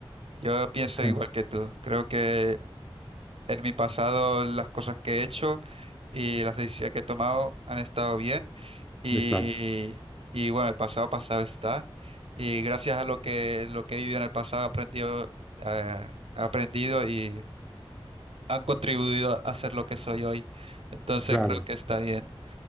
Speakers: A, on the right; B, in the centre.
A: Yo pienso
B: <laughs>
A: igual que tú. Creo que en mi pasado las cosas que he hecho y las decisiones que he tomado han estado bien. Y,
B: Exacto,
A: y bueno, el pasado pasado está. Y gracias a lo que, lo que he vivido en el pasado he aprendido, eh, he aprendido y han contribuido a ser lo que soy hoy. Entonces
B: claro,
A: creo que está bien.